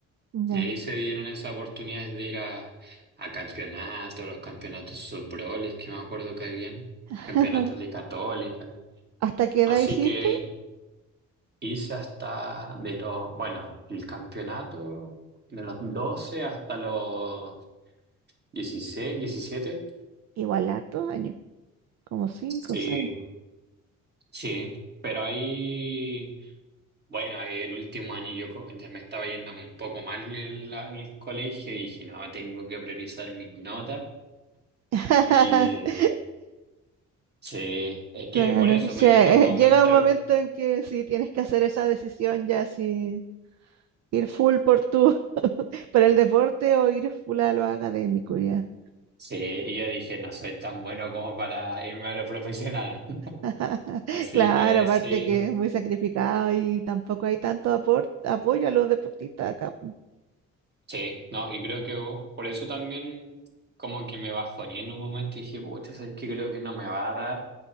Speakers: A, on the right; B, on the right.
A: Ya.
B: Y ahí se dieron esas oportunidades de ir a, a campeonatos, los campeonatos subroles que me acuerdo que habían,
A: <laughs>
B: campeonatos de Católica.
A: ¿Hasta qué
B: Así
A: edad hiciste?
B: que hice hasta de los, bueno, el campeonato de los 12 hasta los 16 diecisiete
A: Igual hartos años, como cinco
B: Sí,
A: o seis.
B: Sí, pero ahí, bueno, ahí el último año yo co- ya me estaba yendo un poco mal en, la- en el colegio y dije, no, tengo que priorizar mis notas.
A: <laughs>
B: Y sí, es que
A: Claro,
B: por eso
A: o sea,
B: me vino un momento,
A: eh, llega un momento en que si tienes que hacer esa decisión ya si ir full por tu <laughs> por el deporte o ir full a lo académico ya.
B: sí, y yo dije, no soy tan bueno como para irme a la profesional. <laughs>
A: <laughs>
B: Así
A: Claro,
B: que
A: aparte
B: sí,
A: que es muy sacrificado y tampoco hay tanto apor- apoyo a los deportistas acá pu-
B: sí, no, y creo que por eso también como que me bajoné en un momento y dije, pucha, es que creo que no me va a dar,